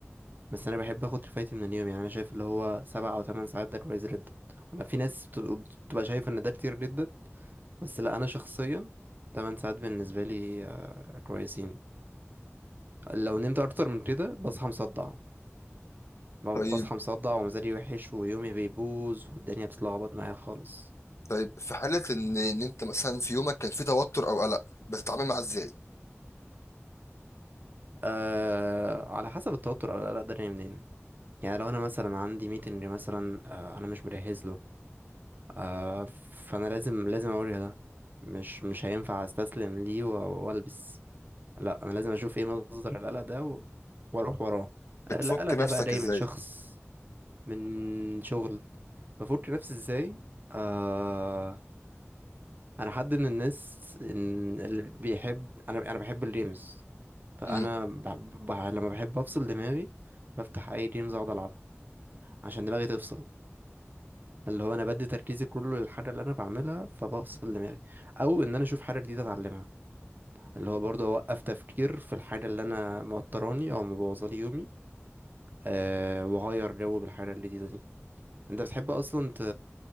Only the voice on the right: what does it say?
بس انا بحب اخد كفايتي من اليوم يعني انا شايف اللي هو سبع او ثمان ساعات ده كويس جدا انا في ناس بتبقى بتبقى شايفه ان ده كتير جدا بس لا انا شخصيا ثمان ساعات بالنسبه لي آه، كويسين لو نمت اكتر من كده بصحى مصدع ب-
بصحى مصدع ومزاجي وحش ويومي بيبوظ والدنيا بتتلخبط معايا خالص
أه على حسب التوتر أو القلق ده جاي منين يعني لو انا مثلا عندي ميتنج مثلا أه انا مش مجهز له أه فانا لازم لازم اوريها ده مش مش هينفع استسلم ليه و- والبس لا انا لازم اشوف ايه مصدر القلق ده و... واروح وراه
القلق ده
بقى جاي
من شخص من شغل بفك نفسي ازاي آه انا حد من الناس إن اللي بيحب انا انا بحب الجيمز فانا
ب... ب... لما بحب افصل دماغي بفتح اي جيمز اقعد العبها عشان دماغي تفصل اللي هو انا بدي تركيزي كله للحاجه اللي انا بعملها فبفصل دماغي او ان انا اشوف حاجه جديده اتعلمها اللي هو برضه اوقف تفكير في الحاجه اللي انا موتراني او مبوظالي يومي أه... واغير جو بالحاجه الجديده دي انت بتحب اصلا ت...